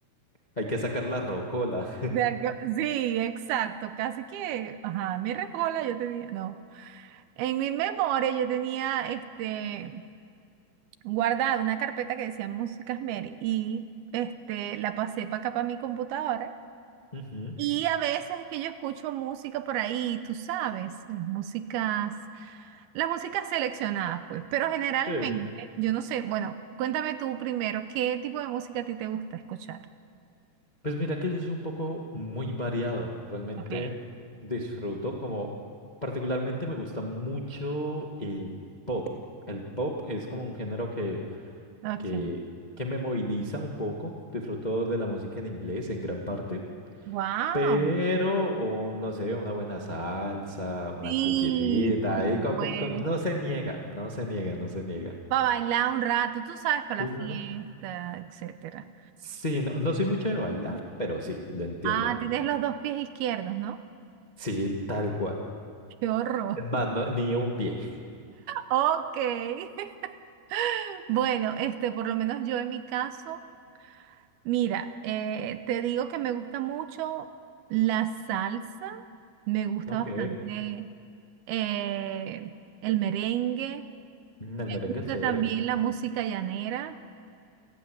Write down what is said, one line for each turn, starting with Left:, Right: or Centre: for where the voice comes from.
Left: Hay que sacar la rocola.
Right: De acu- Sí, exacto, casi que, ajá, mi recola yo tenía, no, en mi memoria yo tenía, este, guardada una carpeta que decía Músicas Mary y, este, la pasé para acá para mi computadora
Left: <laughs> Ujú,
Right: y a veces es que yo escucho música por ahí, tú sabes, las músicas, las músicas seleccionadas, pues, pero generalmente,
Left: Sí.
Right: yo no sé, bueno, cuéntame tú primero, ¿qué tipo de música a ti te gusta escuchar?
Left: Pues mira que yo soy un poco muy variado, realmente
Right: Ok,
Left: disfruto como, particularmente me gusta mucho el pop. El pop es como un género que,
Right: ok,
Left: que, que me moviliza un poco, disfruto de la música en inglés en gran parte,
Right: wow.
Left: pero oh, no sé, una buena salsa, una
Right: Sí,
Left: cumbiecita,
Right: por
Left: ahí
Right: supuesto.
Left: co- co- co- no se niega, no se niega, no se niega.
Right: Va a bailar un rato, tú sabes, para
Left: Claro.
Right: la fiesta, etcétera.
Left: Sí, no, no soy mucho de bailar, pero sí, lo entiendo.
Right: Ah, tienes los dos pies izquierdos, ¿no?
Left: Sí, tal cual.
Right: Qué horror.
Left: Es más,
Right: <laughs>
Left: no- ni un pie.
Right: Ok. <laughs> Bueno, este, por lo menos yo en mi caso, mira, eh, te digo que me gusta mucho la salsa, me gusta
Left: Ok,
Right: bastante eh, el merengue,
Left: Mm,
Right: me
Left: El merengue
Right: gusta
Left: es chévere.
Right: también la música llanera.